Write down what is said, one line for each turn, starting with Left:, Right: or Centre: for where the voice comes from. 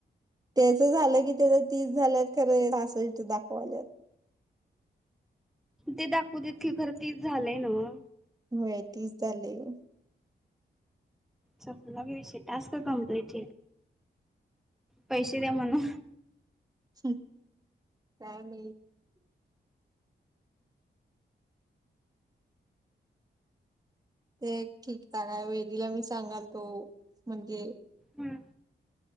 Right: त्याच झालं की त्याच तीस झाल्यात खरं असल तर दाखवाल्यात.
Centre: ते दाखवू ततकीे खरं तीस झालंय नव्ह.
Right: हो ये तीस झालंय.
Centre: चपलं घे टास्क कमप्लीट पैसे द्या म्हणा.
Right: स. त्या म ते ठीकठा काय वेदिला मी सांगाल तो म्हणजे
Centre: हम्म.